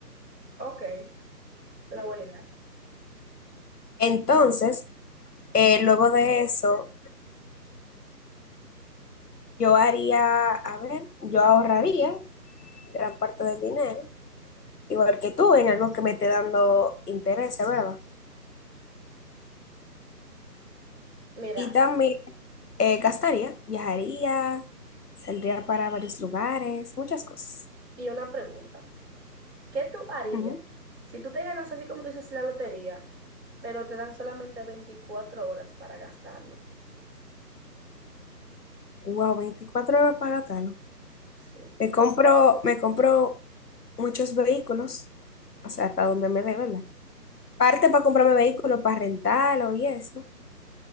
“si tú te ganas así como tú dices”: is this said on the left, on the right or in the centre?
Right